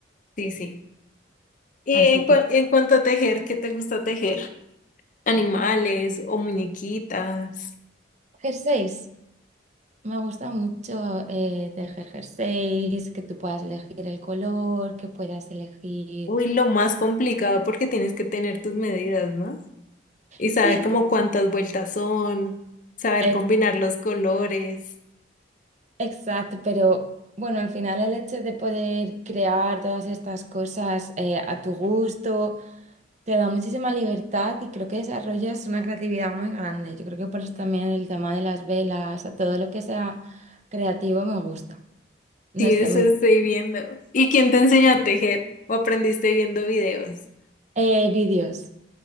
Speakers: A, on the left (about 40°); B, on the right (about 35°).
A: Sí, sí. Y
B: Así
A: en, cua-
B: que,
A: en cuanto a tejer, ¿qué te gusta tejer? Animales o muñequitas.
B: jersey. Me gusta mucho eh, tejer jerseys, que tú puedas elegir el color, que puedas elegir.
A: Uy, lo más complicado porque tienes que tener tus medidas, ¿no? Y saber
B: Sí, pero-
A: como cuántas vueltas son, saber
B: ex-
A: combinar los colores.
B: exacto, pero bueno, al final el hecho de poder crear todas estas cosas eh, a tu gusto te da muchísima libertad y creo que desarrollas una creatividad muy grande. Yo creo que por eso también el tema de las velas, a todo lo que sea creativo me gusta. No
A: Sí,
B: sé,
A: eso
B: me-
A: estoy viendo. ¿Y quién te enseñó a tejer? ¿O aprendiste viendo videos?
B: eh, vídeos.